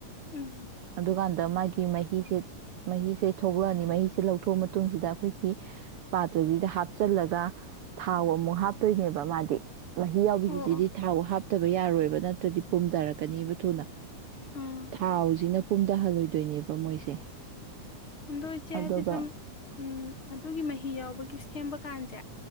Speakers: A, on the left; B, on the right.
A: ꯎꯝ
B: ꯗꯨꯀꯥꯟꯗ ꯃꯥꯒꯤ ꯃꯍꯤꯁꯤ ꯃꯍꯤꯁꯦ ꯊꯣꯛꯂꯛꯑꯅꯤ ꯃꯍꯤꯁꯦ ꯂꯧꯊꯣꯛꯑ ꯃꯇꯨꯡꯁꯤꯗ ꯑꯩꯈꯣꯏꯒꯤ ꯄꯥꯇꯔꯤꯗ ꯍꯥꯞꯆꯜꯂꯒ ꯊꯥꯎ ꯑꯃꯨꯛ ꯍꯥꯞꯇꯣꯏꯅꯦꯕ ꯃꯥꯗꯤ ꯃꯍꯤ ꯌꯥꯎꯕꯤꯒꯤꯁꯤꯗꯤ
A: ꯑꯣ ꯑꯣ
B: ꯊꯥꯎ ꯍꯥꯞꯇꯕ ꯌꯥꯔꯣꯏꯕ ꯅꯠꯇ ꯭ꯔꯗꯤ ꯄꯨꯝꯊꯔꯛꯀꯅꯦꯕ ꯊꯨꯅ
A: ꯑꯥ
B: ꯊꯥꯎꯁꯤꯅ ꯄꯨꯝꯊꯍꯜꯂꯣꯏꯗꯣꯏꯅꯦꯕ ꯃꯣꯏꯁꯦ
A: ꯍꯗꯣ ꯏꯆꯦ
B: ꯑꯗꯨꯒ
A: ꯍꯥꯏꯗꯤ ꯁꯨꯝ ꯎꯝ ꯑꯗꯨꯒꯤ ꯃꯍꯤ ꯌꯥꯎꯕꯒꯤ ꯁꯦꯝꯕ ꯀꯥꯟꯁꯦ